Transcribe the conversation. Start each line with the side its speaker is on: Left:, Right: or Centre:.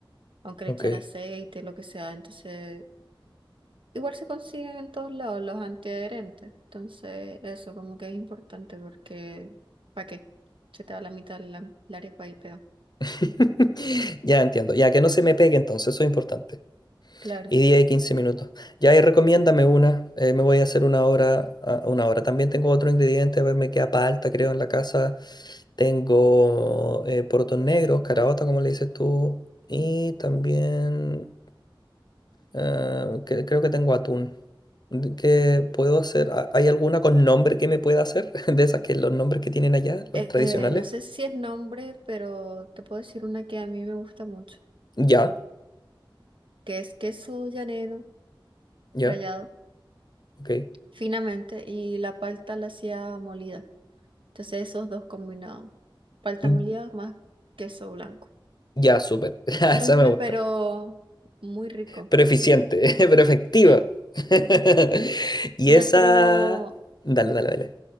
Right: aunque le
Left: Ok.
Right: echara aceite, lo que sea, entonces igual se consiguen en todos lados los antiadherentes, entonces eso como que es importante porque ¿para qué? Se te va la mitad la, la arepa y pega.
Left: <laughs> Ya entiendo. Ya que no se me pegue entonces, eso es importante.
Right: Claro.
Left: Y 10 y 15 minutos. Ya y recomiéndame una. eh, me voy a hacer una hora. ah, Una hora. También tengo otro ingrediente. A ver, me queda palta, creo, en la casa. Tengo eh, porotos negros, caraota, como le dices tú. Y también Ah, cre- creo que tengo atún. De- ¿Qué puedo hacer? ¿Ha- ¿Hay alguna con nombre que me pueda hacer? <laughs> De esas que los nombres que tienen allá,
Right: Eh,
Left: los tradicionales.
Right: eh, no sé si es nombre, pero te puedo decir una que a mí me gusta mucho,
Left: Ya,
Right: que es queso llanero
Left: ya,
Right: rallado
Left: ok.
Right: finamente y la palta la hacía molida. Entonces esos dos combinados, palta
Left: Mm,
Right: molida más queso blanco.
Left: Ya, súper. <laughs> Ah,
Right: Simple
Left: Esa me gusta.
Right: pero muy rico,
Left: Pero eficiente, <laughs> pero efectiva.
Right: sí.
Left: <laughs> Y
Right: Y
Left: esa...
Right: otro,
Left: Dale, dale, dale.